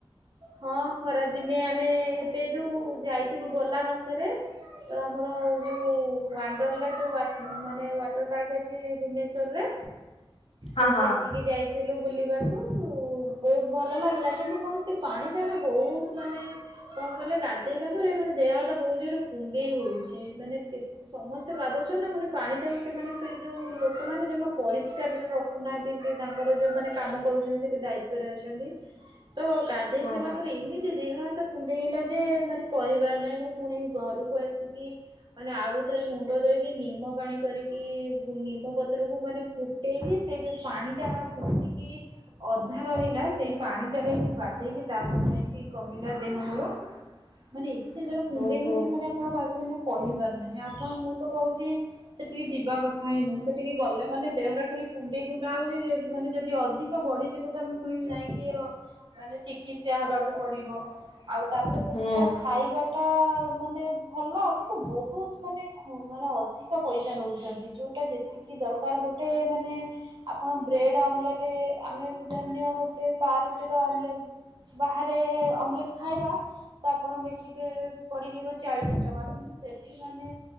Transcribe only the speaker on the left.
ହଁ
ହଁ।
ଓହୋ
ଓହୋ
ହୁଁ